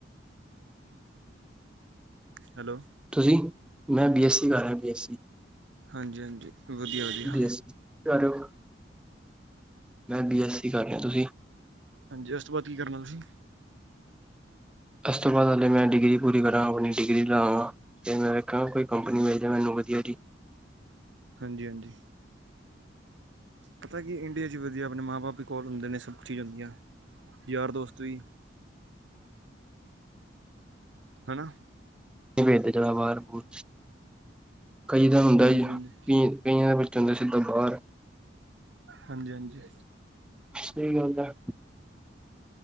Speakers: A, on the right; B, in the centre.
A: ਹੈਲੋ।
B: ਤੁਸੀਂ? ''ਮੈਂ ਬੀ ਐੱਸਸੀ ਕਰ ਰਿਹਾਂ, ਬੀ ਐੱਸ ਸੀ।
A: ਹਾਂਜੀ ਹਾਂਜੀ ਵਧੀਆ ਵਧੀਆ
B: ਬੀ ਐੱਸ ਸੀ ਕੀ ਕਰ ਰਹੇ ਓ? ਮੈਂ, ਬੀ ਐੱਸ ਸੀ ਕਰ ਰਿਹਾਂ। ਤੂਸੀਂ?
A: ਹਾਂਜੀ, ਉਸ ਤੋਂ ਬਾਅਦ ਕੀ ਕਰਨਾ ਤੁਸੀਂ?
B: ਇਸ ਤੋਂ ਬਾਅਦ ਹਾਲੇ ਮੈਂ ਡਿਗਰੀ ਪੂਰੀ ਕਰਾਂ, ਆਪਣੀ ਡਿਗਰੀ ਲ੍ਹਾਂਗਾ। ਤੇ, ਮੈਂ ਵੇਖਾਂਗਾ, ਕੋਈ ਕੰਪਨੀ ਮਿਲ ਜਾਏ ਮੈਨੂੰ ਵਧੀਆ ਜੀ।
A: ਹਾਂਜੀ-ਹਾਂਜੀ। ਪਤਾ ਕਿ, ਇੰਡੀਆ 'ਚ ਵਧੀਆ ਆਪਣੇ ਮਾਂ-ਬਾਪ ਵੀ ਕੋਲ ਹੁੰਦੇ ਨੇ, ਸਭ ਚੀਜ਼ ਹੁੰਦੀਆਂ ਯਾਰ ਦੋਸਤ ਵੀ। ਹਨਾ?
B: ਵੇ ਤੇ ਚਲਾ, ਬਾਹਰ-ਬੁਹਰ ਕਈ ਤਾਂ ਹੁੰਦਾ
A: ਹਾਂਜੀ
B: ਜੀ,
A: ਹਾਂਜੀ
B: ਪੀਣ ਕਈਆਂ ਦੇ ਬੱਚੇ ਹੁੰਦੇ, ਸਿੱਧਾ ਬਾਹਰ।
A: ਹਾਂਜੀ ਹਾਂਜੀ
B: ਸਹੀ ਗੱਲ ਐ।